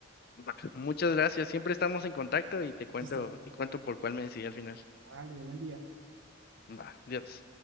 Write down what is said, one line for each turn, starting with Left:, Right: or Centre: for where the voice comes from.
Left: Va. Muchas gracias. Siempre estamos en contacto y te cuento,
Right: Listo.
Left: te cuento por cuál me decidí al final.
Right: Vale, buen día.
Left: Va, adiós.